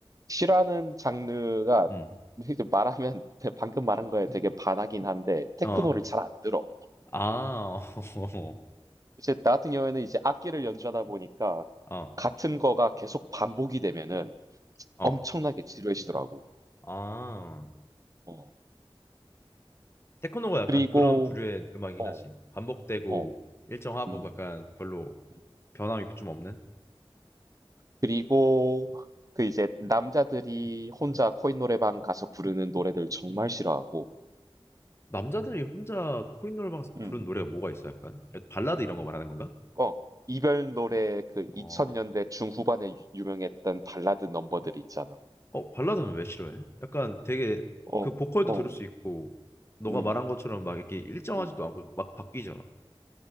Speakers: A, on the right; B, on the left.
A: 싫어하는 장르가
B: 음.
A: 이제 말하면 <laughs> 방금 말한 거에 되게 반하긴 한데 테크노를
B: 어.
A: 잘 안 들어.
B: 아. <laughs>
A: 이제 나 같은 경우에는 이제 악기를 연주하다 보니까
B: 어.
A: 같은 거가 계속 반복이 되면은
B: 어.
A: 엄청나게 지루해지더라고.
B: 아.
A: 어.
B: 테크노가 약간
A: 그리고
B: 그런 부류의 음악이긴
A: 어.
B: 하지. 반복되고
A: 어.
B: 일정하고
A: 음.
B: 약간 별로
A: 음.
B: 변함이 좀 없는.
A: 그리고 그 이제 남자들이 혼자 코인 노래방 가서 부르는 노래들 정말 싫어하고.
B: 남자들이 혼자 코인노래방에서
A: 음.
B: 부른 노래가 뭐가 있어? 약간 발라드 이런 거 말하는 건가?
A: 어. 이별 노래 그
B: 어,
A: 2000년대 중후반에 유- 유명했던 발라드 넘버들 있잖아.
B: 어 발라드는 왜 싫어해? 약간 되게
A: 어.
B: 그 보컬도
A: 어.
B: 들을 수 있고 너가
A: 음.
B: 말한 것처럼 막 이렇게 일정하지도
A: 음.
B: 않고 막 바뀌잖아.